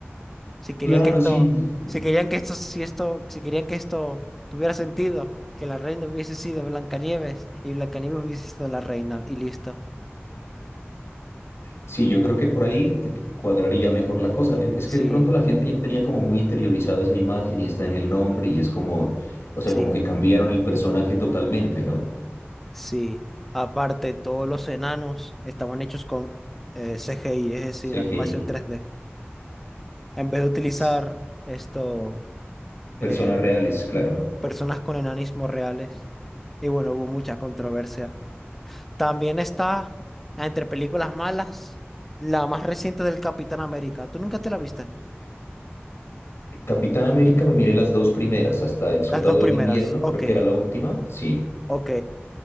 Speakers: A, in the centre; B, on the left.
A: Si querían
B: Claro,
A: que esto,
B: sí.
A: si querían que esto, si esto, si querían que esto tuviera sentido, que la reina hubiese sido Blancanieves y Blancanieves hubiese sido la reina y listo.
B: Sí, yo creo que por ahí te cuadraría mejor la cosa. Es es
A: Sí,
B: que de pronto la gente ya tenía como muy interiorizada esa imagen y está en el nombre y es como, o sea,
A: sí,
B: como que cambiaron el personaje totalmente, ¿no?
A: sí. Aparte, todos los enanos estaban hechos con eh, CGI, es decir,
B: CGI.
A: animación tres d En vez de utilizar
B: S-
A: esto, eh,
B: Personas reales, claro.
A: ujú, personas con enanismo reales. Y bueno, hubo mucha controversia. También está entre películas malas, la más reciente del Capitán América. ¿Tú nunca te la viste?
B: Capitán América me miré las dos primeras, hasta El Soldado
A: Las dos primeras.
B: del Invierno,
A: Ok,
B: creo que era la última, sí.
A: ok.